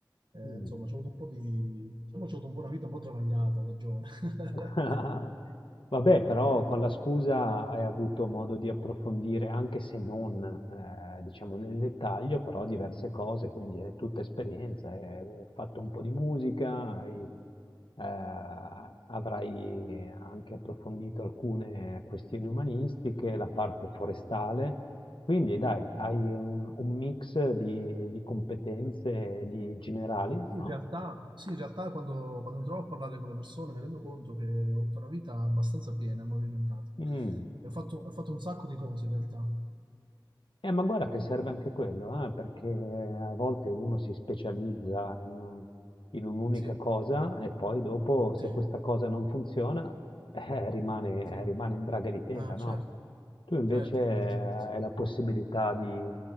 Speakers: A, on the right; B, on the left.
A: Eh,
B: mm.
A: insomma, ho avuto un po' di, diciamo, ho avuto un po' una vita un po' travagliata da giovane. <laughs>
B: <laughs> Vabbè, però con la scusa hai avuto modo di approfondire, anche se non, eh, diciamo nel dettaglio, però diverse cose, quindi è tutta esperienza. eh, Hai eh, fatto un po' di musica, hai- eh, avrai anche approfondito alcune questioni umanistiche, la parte forestale. Quindi dai, hai un, un mix di, di competenze di generali,
A: Sì,
B: no?
A: In realtà, sì, in realtà quando, quando mi trovo a parlare con le persone mi rendo conto che ho avuto una vita abbastanza piena e movimentata.
B: Mm.
A: E ho fatto, ho fatto un sacco di cose in realtà.
B: Eh, ma guarda che serve anche quello, eh, perché a volte uno si specializza in un- in un'unica
A: Sì,
B: cosa e poi dopo, se
A: sì,
B: questa cosa non funziona, <laughs> eh, rimane,
A: sì.
B: rimane in braga di tela,
A: Ah,
B: no?
A: certo,
B: Tu invece
A: certo,
B: eh,
A: certo, esatto,
B: hai
A: sì.
B: la possibilità di,